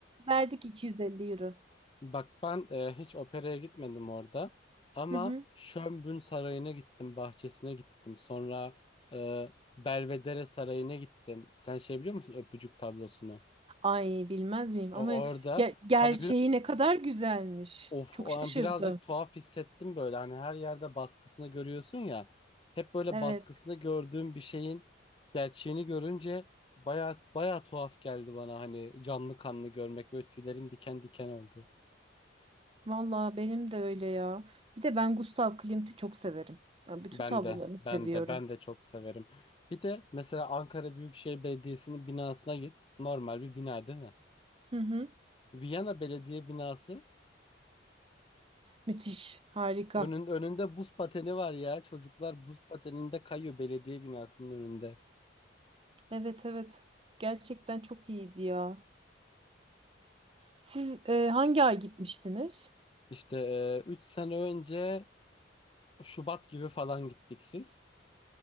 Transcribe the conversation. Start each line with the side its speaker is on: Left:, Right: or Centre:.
Right: verdik 250 euro.
Left: Bak ben e, hiç operaya gitmedim orada ama
Right: Hı hı.
Left: Schönbrunn Sarayı'na gittim, bahçesine gittim. Sonra e, Belvedere Sarayı'na gittim. Sen şey biliyor musun öpücük tablosunu?
Right: Ay bilmez miyim
Left: O
Right: ama
Left: orada
Right: ge- gerçeği
Left: hadi bir
Right: ne kadar güzelmiş.
Left: of
Right: Çok
Left: o
Right: şaşırdım.
Left: an birazcık tuhaf hissettim böyle. Hani her yerde baskısını görüyorsun ya. Hep böyle
Right: Evet
Left: baskısını gördüğüm bir şeyin gerçeğini görünce baya baya tuhaf geldi bana hani canlı kanlı görmek böyle tüylerim diken diken oldu.
Right: valla benim de öyle ya. Bir de ben Gustav Klimt'i çok severim. Ben bütün
Left: Ben
Right: tablolarını
Left: de, ben
Right: seviyorum.
Left: de, ben de çok severim. Bir de mesela Ankara Büyükşehir Belediyesi'nin binasına git. Normal bir bina değil mi?
Right: Hı hı.
Left: Viyana Belediye binası.
Right: Müthiş harika.
Left: Önün, önünde buz pateni var ya. Çocuklar buz pateninde kayıyor belediye binasının önünde.
Right: Evet evet gerçekten çok iyiydi ya. Siz e, hangi ay gitmiştiniz?
Left: İşte 3 sene önce Şubat gibi falan gittik siz.